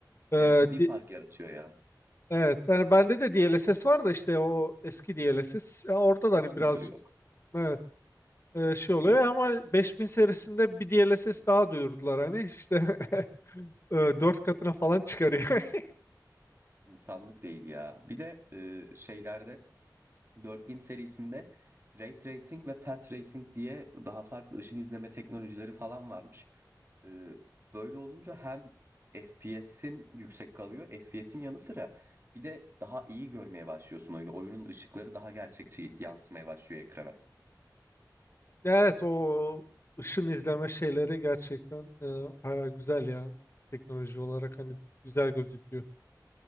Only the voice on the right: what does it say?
E, ciddi
fark yaratıyor ya.
3
sıfır yok.
Bir de
İnsanlık değil ya. Bir de e, şeylerde 4000 serisinde Ray Tracing ve Path Racing diye daha farklı ışın izleme teknolojileri falan varmış. E, böyle olunca hem FPS'in yüksek kalıyor, FPS'in yanı sıra bir de daha iyi görmeye başlıyorsun oyunu. Oyunun ışıkları daha gerçekçi yansımaya başlıyor ekrana.